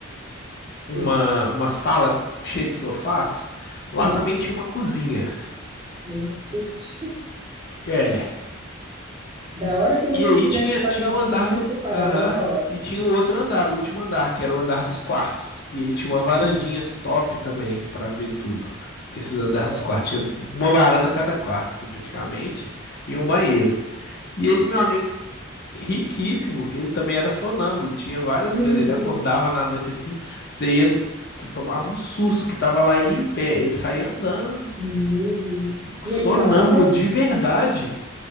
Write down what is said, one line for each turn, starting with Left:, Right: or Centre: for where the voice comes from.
Left: uma,
Right: Que-
Left: uma sala cheia de sofás?
Right: Sim.
Left: Lá também tinha uma cozinha.
Right: Meu Deus.
Left: É.
Right: Da hora que você
Left: E aí
Right: quisesse
Left: tinha,
Right: fazer
Left: tinha
Right: uma
Left: o
Right: comidinha,
Left: andar do.
Right: você parava
Left: Aham.
Right: na hora.
Left: e tinha o outro andar, o último andar, que era o andar dos quartos. E ele tinha uma varandinha
Right: Hum,
Left: top também pra ver tudo. Esses andares
Right: Nossa.
Left: dos quartos. Tinha uma varanda a cada quarto, assim, praticamente. E um banheiro.
Right: Ixi.
Left: E esse meu amigo Riquíssimo. Ele também era sonâmbulo, tinha várias
Right: Meu
Left: coisas. Ele
Right: Deus.
Left: acordava na noite assim, você ia, você tomava um susto que tava lá ele em pé. Ele saía andando
Right: Meu Deus. E
Left: sonâmbulo
Right: ele falava?
Left: de verdade.